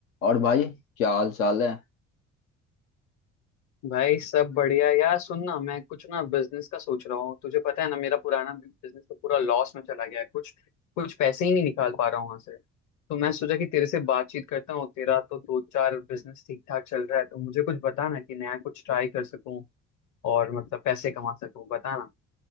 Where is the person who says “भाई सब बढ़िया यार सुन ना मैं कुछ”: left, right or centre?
Left